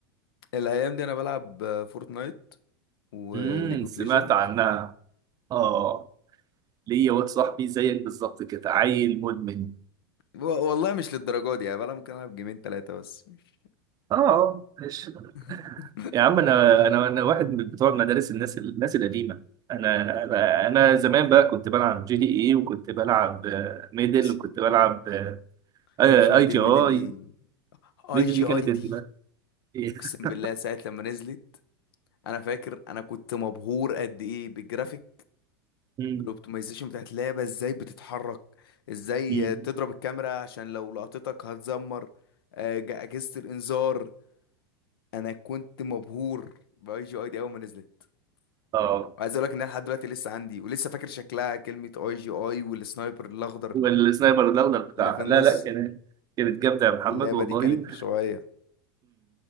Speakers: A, on the left; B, on the right.
A: الايام دي انا بلعب فورتنايت وليج
B: امم
A: اوف
B: سمعت
A: ليجند
B: عنها اه ليا واد صاحبي زيك بالظبط كده عيل مدمن
A: و- والله مش للدرجه دي يعني بلا ممكن العب جيمين ثلاثه بس مش
B: اه آه، ماشي
A: <laughs>
B: يا عم انا انا انا واحد من بتوع مدارس الناس الناس القديمه انا انا انا زمان بقى كنت بلعب جي دي اي وكنت بلعب آه، ميدل
A: بس
B: وكنت بلعب آه،
A: يا باشا ميدل
B: اي جي
A: ميدل
B: اي
A: دي
B: ميدل
A: اي جي
B: دي
A: اي
B: كانت ال-
A: دي
B: <laughs>
A: اقسم بالله ساعه لما نزلت انا فاكر انا كنت مبهور قد ايه بالجرافيك
B: أمم،
A: بالاوبتمايزيشن بتاعت اللعبه ازاي بتتحرك ازاي
B: أمم.
A: تضرب الكاميرا عشان لو لقطتك هتزمر آه، جا- اجهزه الانذار انا كنت مبهور باي جي اي دي اول ما نزلت
B: اه
A: وعايز اقول لك ان انا لحد دلوقتي لسه عندي ولسه فاكر شكلها كلمه اي جي اي والسنايبر الاخضر
B: والسنايبر الاخضر بتاعها
A: اللي في النص
B: لا لا كانت كانت جامده يا محمد
A: اللعبة
B: والله
A: دي كانت مش طبيعية